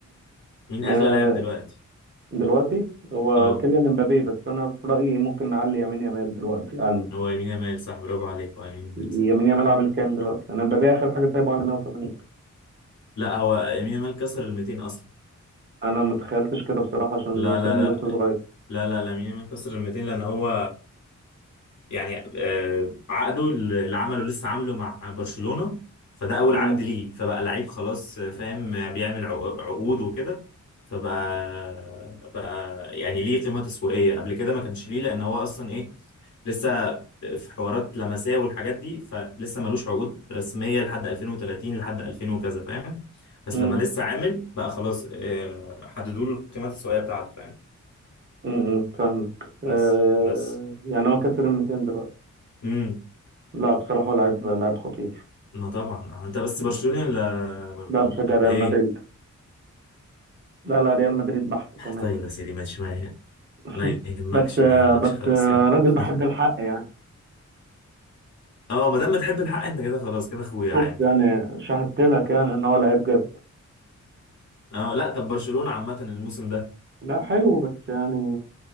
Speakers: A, on the left; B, on the right.
A: مين
B: امم
A: اغلى لاعب دلوقتي
B: دلوقتي هو
A: اه
B: كيليان امبابي بس انا في رايي ممكن نعلي يمين يامال دلوقتي عن
A: هو يمين يامال صح برافو عليك هو يمين يامال
B: يمين
A: صح
B: يامال عامل كام دلوقتي انا امبابي اخر حاجه سايبه على 180
A: لا هو يمين يامال كسر ال 200 اصلا
B: انا ما تخيلتش كده بصراحه عشان
A: لا لا
B: سنه لسه صغير
A: لا لا لا لا يمين يامال كسر ال 200 لان هو يعني آه، عقده اللي عمله لسه عامله مع برشلونة فده أول
B: امم
A: عقد ليه فبقى لعيب خلاص آه، فاهم بيعمل عقو- عقود وكده فبقى بقى يعني ليه قيمة تسويقية قبل كده ما كانش ليه لأن هو أصلا إيه لسه في حوارات لمسية والحاجات دي فلسه ملوش عقود رسمية لحد 2030 لحد 2000 وكذا فاهم بس
B: امم
A: لما لسه عامل بقى خلاص آه، حددوا له القيمة التسويقية بتاعته فاهم
B: امم فاهمك آه
A: بس بس
B: يعني هو كسر ال 200 دلوقتي
A: امم
B: لا بصراحه هو لعيب لعيب خطير
A: ما طبعا آه، انت بس
B: مم.
A: برشلوني ولا
B: لا
A: ولا
B: بشجع ريال
A: ايه
B: مدريد لا لا ريال مدريد بحت كمان
A: طيب يا سيدي ماشي ما يهم-
B: <laughs>
A: ما يهمكش
B: بس آه
A: ما يهمكش
B: بس
A: خلاص
B: آه
A: يلا
B: راجل
A: <laughs>
B: بحب الحق يعني
A: اه ما دام بتحب الحق انت كده خلاص كده اخويا
B: شفت
A: عادي
B: يعني شاهدت لك يعني ان هو لعيب جامد
A: اه لا طب برشلونة عامة الموسم ده
B: لا حلو بس يعني